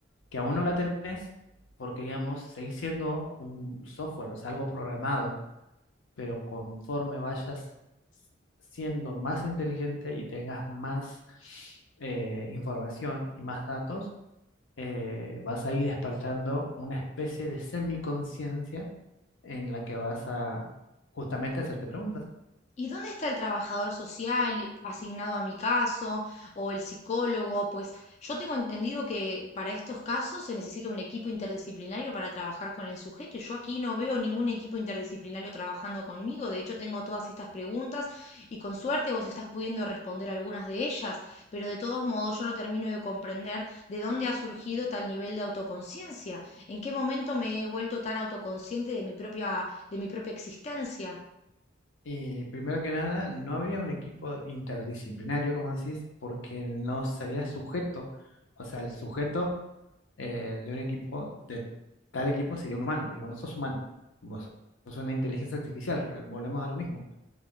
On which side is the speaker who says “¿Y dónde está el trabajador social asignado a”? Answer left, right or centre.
Left